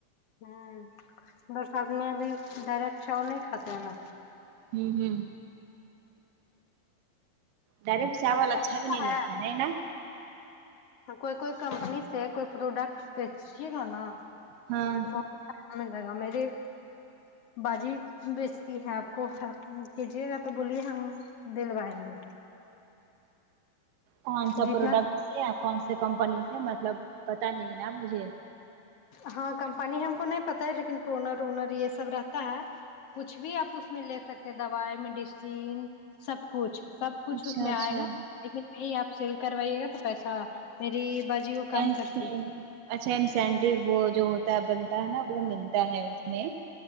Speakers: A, on the left; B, on the right.
A: ہاں برسات میں بھی ڈائریکٹ چاول نہیں کھاتے ہیں نا
B: ہوں ہوں ڈائریکٹ چاول
A: آپ کو
B: اچھا بھی
A: پتہ
B: نہیں لگتا ہے نہیں نا
A: کوئی کوئی کمپنی سے کوئی پروڈکٹ بیچیے گا نا
B: ہاں
A: <unintelligible> لگا میری با جی بیچتی ہے اپ کو کیجیے گا تو بولیے ہم دلوائیں گے
B: کون سا
A: جتنا
B: پروڈکٹ سے یا کون سا کمپنی سے مطلب پتہ نہیں نا مجھے
A: ہاں کمپنی ہم کو نہیں پتا ہے لیکن ٹونر وونر یہ سب رہتا ہے کچھ بھی اپ اس میں لے سکتے دوائی میڈیسین سب کچھ سب کچھ
B: اچھا
A: اس میں
B: اچھا
A: ائے گا لیکن یہی اپ سیل کروائیے گا تو پیسہ میری باجی
B: <unintelligible>
A: کم کرتی
B: اچھا انسینٹو وہ جو ہوتا ہے بنتا ہے نا وہ ملتا ہے اس میں